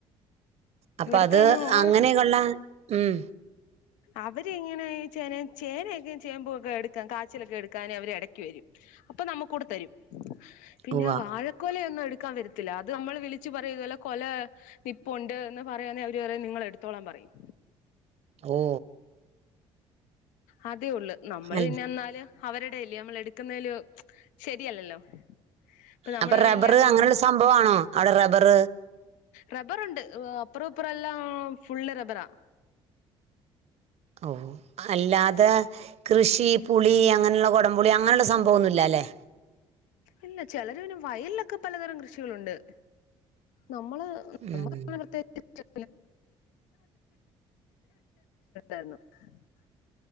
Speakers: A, on the right; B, on the left.
A: അപ്പൊ
B: ഇവിടുത്തെ
A: അത്
B: പിന്നെ ഓണ
A: അങ്ങനെകൊള്ള ഉം
B: അവരിങ്ങനെ ഏ ചേനയിം ചേനയൊക്കെ ചേമ്പൂക്കെ എടുക്കാൻ കാച്ചിലൊക്കെ എടുക്കാന് അവര് എടക്ക് വരും അപ്പൊ നമ്മുക്കൂടെ തരും പിന്നെ
A: ഉവ്വ
B: വാഴക്കോല ഒന്നും എടുക്കാൻ വരത്തില്ല ഇത് നമ്മൾ വിളിച്ച് പറയും ഇതുല്ലെ കൊല നിപ്പുണ്ട് എന്ന് പറയാന്നെ അവര് പറയു നിങ്ങള് എടുത്തോളാം പറയും.
A: ഓ
B: അ ത്തെ ഉള്ള്. നമ്മള്
A: അല്ല
B: പിന്നെ എന്നാല് അവരുടെഎല്ലേ നമ്മൾ എടുക്കുന്നയിലൊ ശരിയല്ലല്ലോ ഇപ്പൊ നമ്മള്
A: അപ്പൊ
B: പറയും
A: റബറ്
B: ഇല്ല നി
A: അങ്ങനെയാെര് സംഭവാണോ അവ്ടെ റബ <unintelligible>
B: റബറ്ണ്ട് അപ്പുറം ഇപ്പുറെല്ലാം ഫുള്ള് റബറാ
A: ഓ അല്ലാതെ കൃഷി പുളി അങ്ങനെള്ള കൊടംപുളി അങ്ങനെള്ള സംഭവൊന്നുല്ലാല്ലെ
B: ഇല്ല ചെലര് പിന്നെ വയൽലൊക്കെ പലതരം കൃഷികളുണ്ട് നമ്മള്
A: ഉം
B: നമ്ക്ക് ഇപ്പോ പ്രത്യേകിച്ച് <unintelligible>